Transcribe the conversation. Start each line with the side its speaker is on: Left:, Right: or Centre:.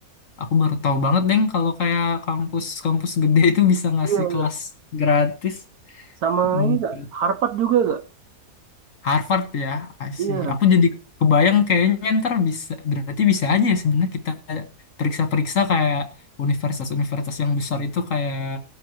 Left: aku baru tahu banget deng kalau kayak kampus-kampus gede itu bisa ngasih
Right: Iya,
Left: kelas gratis.
Right: sama
Left: Hmm.
Right: ini kak, Harvard juga kak.
Left: Harvard ya, I
Right: Iya,
Left: see. Aku jadi kebayang kayaknya ntar bisa, berarti bisa aja ya sebenarnya kita periksa-periksa kayak universitas-universitas yang besar itu kayak